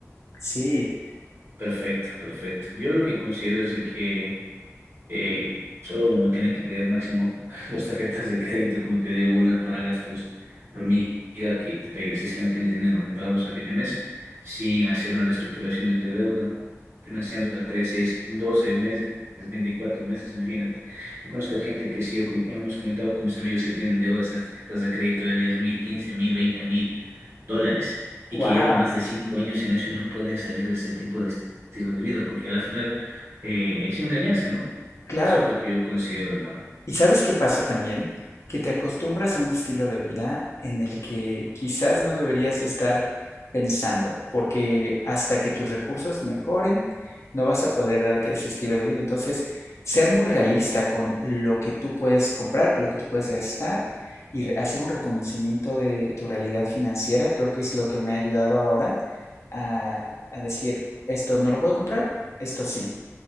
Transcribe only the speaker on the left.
Sí.
Wow.
Claro.
¿Y sabes qué pasa también? Que te acostumbras a un estilo de vida en el que quizás no deberías de estar pensando, porque hasta que tus recursos mejoren, no vas a poder darte ese estilo de vida. Entonces, ser muy realista con lo que tú puedes comprar, lo que tú puedes gastar y re- hacer un reconocimiento de tu realidad financiera, creo que es lo que me ha ayudado ahora a, a decir, esto no lo puedo comprar, esto sí.